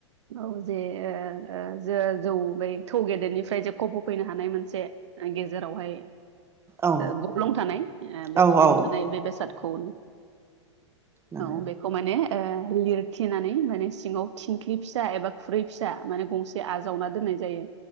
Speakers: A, on the right; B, on the right.
A: औ जे ओ ओ जो- जौ बै थौ गेदेरनिफ्राय जे खबोफैनो हानाय मोनसे गेजेरावहाय
B: औ
A: गब्लं थानाय ओ बे
B: औ
A: गब्लं
B: औ
A: थानाय बे बेसादखौ
B: नंगौ
A: औ बे माने ओ लिरखेनानै माने सिङाव थिंख्लि फिसा एबा खुरै फिसा माने गंसे एसे आजावना दोननाय जायो।